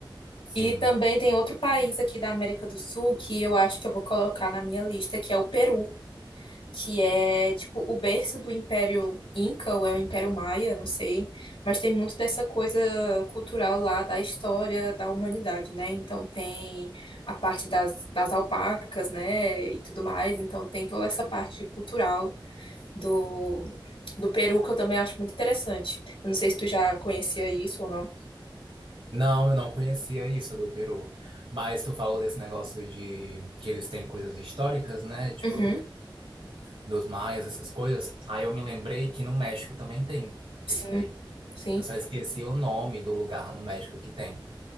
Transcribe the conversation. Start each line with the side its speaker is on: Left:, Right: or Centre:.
Right: Sim.
Left: E também tem outro país aqui da América do Sul que eu acho que eu vou colocar na minha lista, que é o Peru. que é tipo o berço do Império Inca, ou é o Império Maia, não sei, mas tem muito dessa coisa cultural lá da história da humanidade, né? Então tem a parte das, das alpacas, né, e tudo mais, então tem toda essa parte cultural do, do Peru que eu também acho muito interessante. Eu não sei se tu já conhecia isso ou não.
Right: Não, eu não conhecia isso do Peru. Mas tu falou desse negócio de que eles têm coisas históricas, né? Tipo,
Left: Uhum,
Right: do- dos maias, essas coisas. Aí eu me lembrei que no México também tem
Left: sim,
Right: isso daí.
Left: sim.
Right: Eu só esqueci o nome do lugar lá no México que tem.